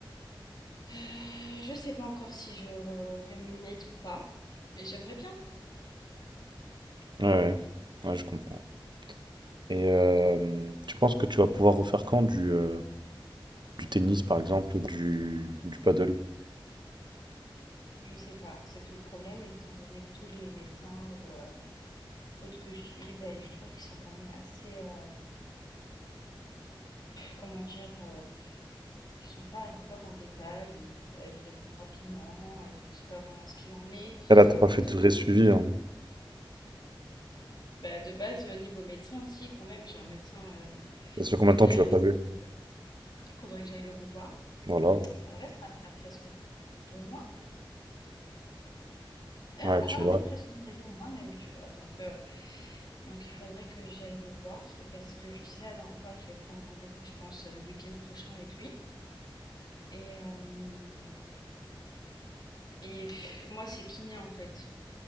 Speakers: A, on the left; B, on the right.
A: Euh, je sais pas encore si je vais m'y mettre ou pas, mais j'aimerais bien.
B: Ouais, ouais, Ouais, je comprends. Et euh, tu penses que tu vas pouvoir refaire quand du, euh, du tennis, par exemple, ou du, du paddle?
A: Je sais pas, c'est tout le problème, étant donné que tous les médecins ou euh, autres que je suis, ben, je trouve qu'ils sont quand même assez, euh, comment dire, euh, Ils sont pas ils rentrent pas dans le détail, ils bah, ils te répondent rapidement, ils te disent pas vraiment ce qu'il en est.
B: Ah Là, t'as pas fait
A: Ils te
B: de
A: donnent
B: vrai suivi,
A: pas de
B: hein.
A: bah, de base, heu, niveau médecin, si quand même, j'ai un médecin, heu,
B: Ça fait combien
A: que
B: de
A: d'ailleurs
B: temps que tu l'as pas
A: il faudrait
B: vu?
A: faudrait que j'aille le revoir.
B: Voilà.
A: Heu, là, ça va faire presque 2 mois. Ah,
B: Ouais, tu
A: là,
B: vois.
A: on est presque dans les 2 mois même, tu vois? Donc heu, donc il faudrait que j'aille le voir. Bah, ce que je disais la dernière fois, je vais prendre rendez-vous, je pense, le week-end prochain avec lui et hem et pff, moi, c'est kiné, en fait.